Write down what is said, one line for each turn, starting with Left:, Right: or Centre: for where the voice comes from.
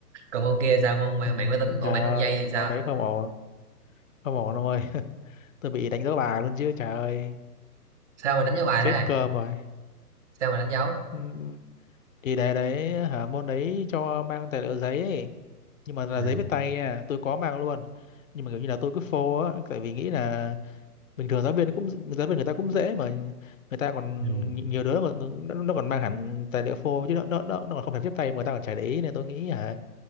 Right: còn môn kia sao môn mà
Left: ừ.
Right: mạng máy tính của
Left: trời
Right: mạng
Left: ơi
Right: không dây thì sao
Left: môn đấy không ổn không ổn đâu ơi <laughs> tôi bị đánh dấu bài luôn chứ trời ơi
Right: sao mà đánh dấu bài
Left: chết
Right: thế
Left: cơm rồi
Right: sao mà đánh dấu
Left: ừ. thì đề đấy hả môn đấy cho mang tài liệu giấy ấy nhưng mà là
Right: ừ
Left: giấy viết tay nha tôi có mang luôn nhưng mà kiểu như là tôi cứ phô á tại vì nghĩ là bình thường giáo viên cũng giáo viên người ta cũng dễ mà người ta còn
Right: ừ
Left: nhiều đứa mà nó, nó còn mang hẳn tài liệu phô chứ nó nó nó nó còn không thèm viết tay mà người ta còn chả để ý nên tôi nghĩ hả